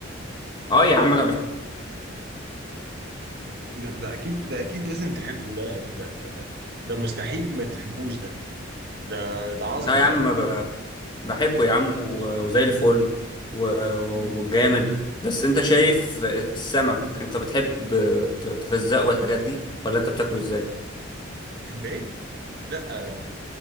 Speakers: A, on the left; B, on the right.
A: اه يا عم انا بحب
B: ده, ده اكيد ده اكيد لازم تحبه ده يعني ده ده ده ده مستحيل ما تحبوش ده ده ده عظمه
A: لا يا عم
B: يا ابني
A: ب- بحبه يا عم و- وزي الفل و-
B: مم.
A: وجامد بس انت شايف السمك انت بتحب ت- تفزقه والحاجات دي ولا انت بتاكله ازاي
B: بتحب ايه؟ لا بت-